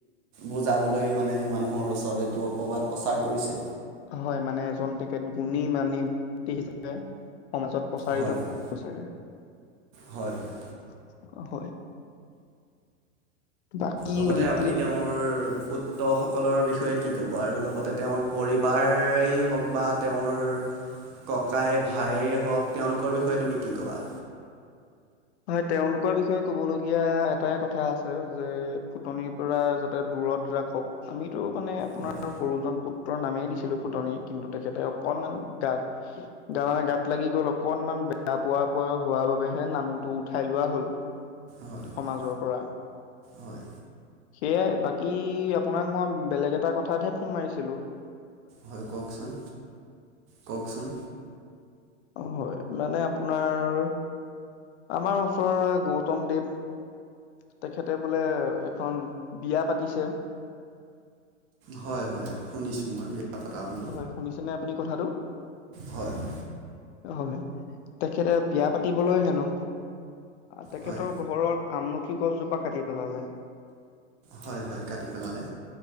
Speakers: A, on the right (about 50°); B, on the left (about 65°).
A: বুজাবলৈ মানে মানুহৰ ওচৰৰত এইটো অপবাদ প্ৰচাৰ কৰিছে।
B: হয়, মানে এজন তেখেত গুণী-মানি <unintelligible> হিচাপে সমাজত প্ৰচাৰিত,
A: হয় হয়
B: <unintelligible>
A: হয় হয়
B: হয়। বাকী
A: লগতে
B: এতিয়া
A: আপুনি তেওঁৰ ফুত তৰ সকলৰ বিষয়ে কি ক'ব, আৰু লগতে তেওঁৰ পৰিবাৰেই হওক বা তেওঁৰ ককাই, ভায়েৰ হওক, তেওঁলোকৰ বিষয়ে তুমি ক'বা?
B: হয়, তেওঁলোকৰ বিষয়ে ক'বলগীয়া এটাই কথা আছে, যে ফুটনিৰ পৰা যাতে দূৰত ৰাখক, আমিতো মানে আপোনাৰ
A: হয়
B: সৰুজন পু টৰ নামেই দিছিলো ফুটনি, কিন্তু তেখেতে অকনমান গাত মানে গাত লাগি গ'ল, অকনমান বেয়া পোৱা-পোৱা হোৱা বাবেহে নাম টো উঠাই লোৱা হ'ল,
A: হয়
B: সমাজৰ
A: হয়
B: পৰা।
A: হয়
B: সেয়াই, বাকী আপোনাক মই বেলেগ এটা কথাতহে ফোন মাৰিছিলো।
A: হয় কওকচোন, কওকচোন?
B: হয়, আপোনাৰ আমাৰ ওচৰৰে গৌতমদেৱ তেখেতে বোলে এখন বিয়া পাতিছে।
A: হয় হয়, শুনিছো মই। পাতা বুলি
B: হয়, শুনিছে নে আপুনি কথাটো?
A: হয় হয়
B: হলে, তেখেতে বিয়া পাতিবলৈ হেনো, তেখেতৰ
A: হয়
B: ঘৰত আমলখি গছজোপা কাটি পেলালে।
A: হয় হয়, কাটি পেলালে।